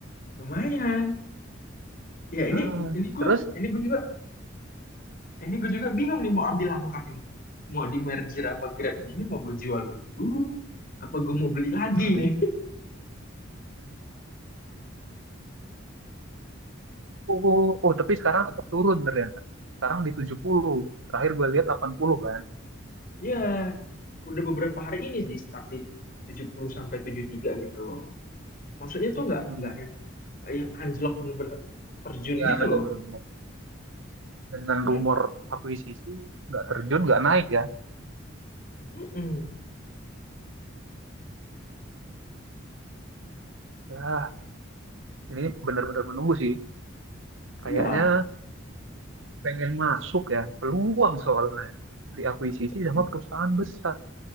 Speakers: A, on the left; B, on the right.
A: Lumayan. Ya
B: Nah,
A: ini ini gue
B: terus
A: ini gue juga ini gue juga bingung nih mau ambil langkah ini. Mau di merger sama Grab ini, ini mau gue jual dulu apa gue mau beli lagi
B: hmm,
A: nih?
B: oh, oh, oh, tapi sekarang agak turun ternyata. Sekarang di 70. Terakhir gue lihat 80 kan.
A: <laughs> Ya, udah beberapa hari ini sih stuck di 70 sampai 73 gitu loh. Maksudnya tuh
B: Hmm,
A: nggak nggak yang nggak yang anjlok bener-bener terjun
B: ya
A: gitu
B: benar-benar
A: loh.
B: dengan
A: Iya,
B: rumor akuisisi nggak terjun nggak naik ya.
A: mm-mm.
B: Ya, ini benar-benar menunggu sih. Kayaknya
A: iya,
B: pengen masuk ya peluang soalnya diakuisisi
A: Mm.
B: sama perusahaan besar